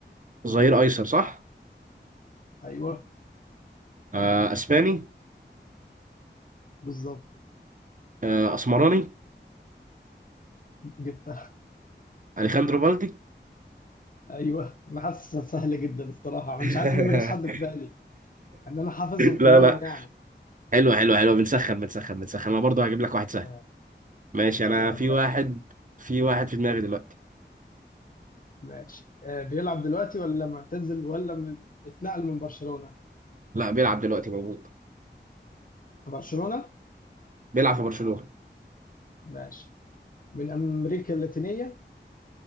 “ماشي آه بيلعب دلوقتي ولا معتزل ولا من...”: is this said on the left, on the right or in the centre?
Left